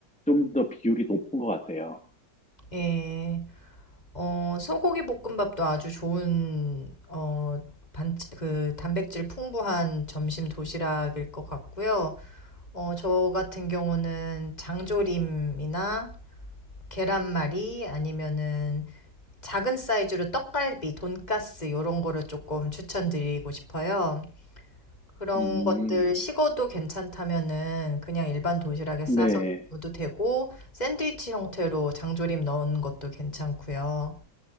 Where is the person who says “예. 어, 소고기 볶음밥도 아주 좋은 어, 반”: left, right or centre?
Left